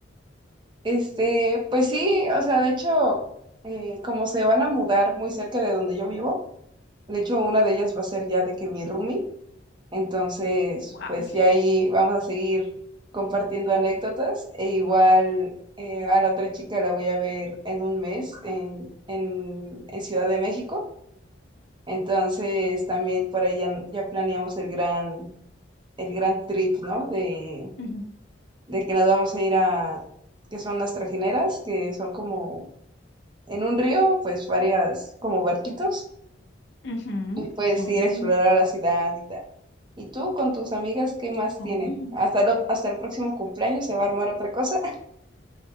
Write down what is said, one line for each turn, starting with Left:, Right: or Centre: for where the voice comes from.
Right: Este, pues sí, o sea, de hecho, eh, como se van a mudar muy cerca de donde yo vivo, de hecho una de ellas va a ser ya de que mi roomie, entonces
Left: Wow.
Right: pues ya ahí vamos a seguir compartiendo anécdotas e igual eh, a la otra chica la voy a ver en un mes en, en, en Ciudad de México. Entonces también por ahí ya, ya planeamos el gran, el gran trip, ¿no? De,
Left: Ujú,
Right: de que nos vamos a ir a, que son las trajineras, que son como en un río, pues varias, como barquitos,
Left: ujú.
Right: y puedes
Left: Oh,
Right: ir a explorar la ciudad y tal. ¿Y tú con tus amigas qué más
Left: oh.
Right: tienen? ¿Hasta, lo- hasta el próximo cumpleaños se va a armar otra cosa? <laughs>